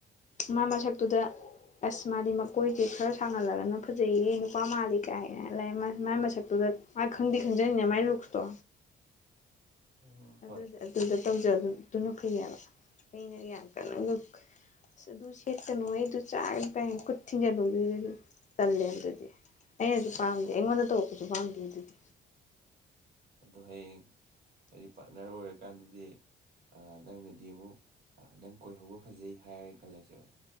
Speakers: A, on the left; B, on the right.
A: ꯃꯥ ꯃꯁꯛꯇꯨꯗ ꯑꯁ ꯃꯥꯗꯤ ꯃꯈꯣꯏꯁꯦ ꯈꯔ ꯁꯥꯡꯍꯜꯂꯒꯅ ꯐꯖꯩꯌꯦ ꯅꯨꯄꯥ ꯃꯥꯜꯂꯤ ꯀꯥꯏꯅ ꯂꯥꯏꯃꯟ ꯃꯥꯥꯏ ꯃꯁꯛꯇꯨꯗ ꯃꯥ ꯈꯪꯗꯤ ꯈꯪꯖꯩꯅꯥ ꯃꯥꯏ ꯂꯨꯛꯁꯇꯣ
B: ꯑꯣ
A: ꯑꯗꯨꯗꯤ
B: ꯍꯣꯏ
A: ꯑꯗꯨꯗ ꯇꯧꯖꯗꯨꯅ ꯐꯩꯌꯦꯕ ꯑꯩꯅ ꯌꯥꯝ ꯀꯟꯅ ꯑꯁ ꯑꯗꯨ ꯁꯦꯠꯀꯅꯨ ꯍꯩ ꯑꯗꯨ ꯆꯥꯒꯅꯨ ꯀꯥꯏ ꯈꯨꯠ ꯊꯤꯡꯖꯤꯟꯕ <inaudible> ꯇꯜꯂꯦꯕ ꯑꯗꯨꯗꯤ ꯑꯩꯅꯖꯨ ꯄꯥꯝꯗꯦ ꯑꯩꯉꯣꯟꯗ ꯇꯧꯔꯛꯄꯁꯨ ꯄꯥꯝꯗꯦ ꯑꯗꯨꯗꯤ
B: ꯑꯗꯣ ꯍꯌꯦꯡ ꯑꯩꯒꯤ ꯄꯥ꯭ꯔꯠꯅꯔ ꯑꯣꯏꯔꯀꯥꯟꯗꯗꯤ ꯑ ꯅꯪꯅꯗꯤ ꯑꯃꯨꯛ ꯑ ꯅꯪ ꯀꯣꯏꯍꯧꯕ ꯐꯖꯩ ꯍꯥꯏꯔꯦꯅ ꯈꯜꯂꯁꯦꯕ